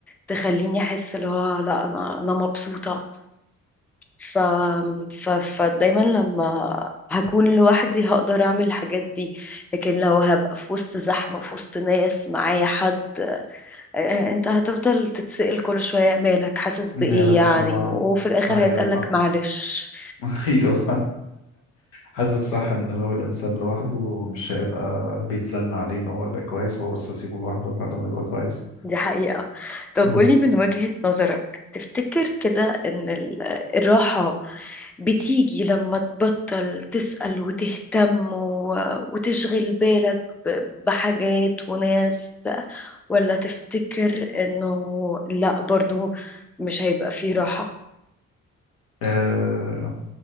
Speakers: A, in the centre; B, on the left.
A: تخليني أحس اللي هو لا أنا أنا مبسوطة ف... ف... فدايما لما هكون لوحدي هقدر اعمل الحاجات دي لكن لو هبقى في وسط زحمة في وسط ناس معايا حد آه، انت هتفضل تتسأل كل شوية مالك حاسس بإيه
B: مالك
A: يعني
B: اه
A: وفي الآخر
B: ايوه
A: هيتقالك
B: صح
A: معلش
B: <laughs> ايوه حاسس صح ان لو الانسان لوحده مش هيبقى بيتزن عليه ان هو يبقى كويس هو بس اسيبه لوحده لحد ما يبقى كويس
A: دي حقيقة طب
B: امم
A: قولي من وجهة نظرك تفتكر كده ان ال- الراحة بتيجي لما تبطل تسأل وتهتم و- وتشغل بالك ب- بحاجات وناس ولا تفتكر انه لا برضو مش هيبقى فيه راحة
B: آه